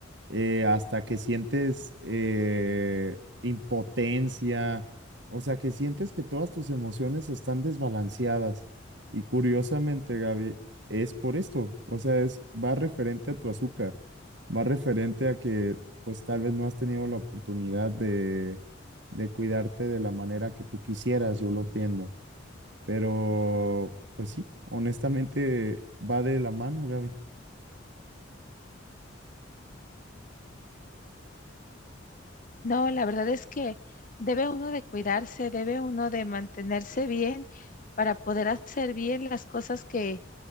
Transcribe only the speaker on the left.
No, la verdad es que debe uno de cuidarse, debe uno de mantenerse bien para poder hacer bien las cosas que